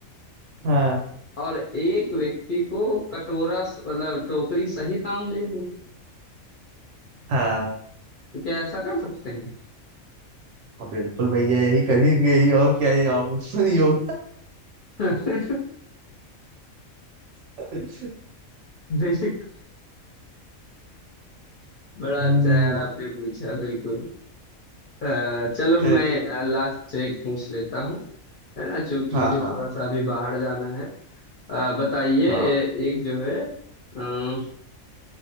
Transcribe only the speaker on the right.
हाँ
हाँ
हाँ, बिल्कुल भैया यही करेंगे ही और क्या ये ऑप्शन योगा
<laughs>
हम्म,
ए,
हाँ
हाँ
हाँ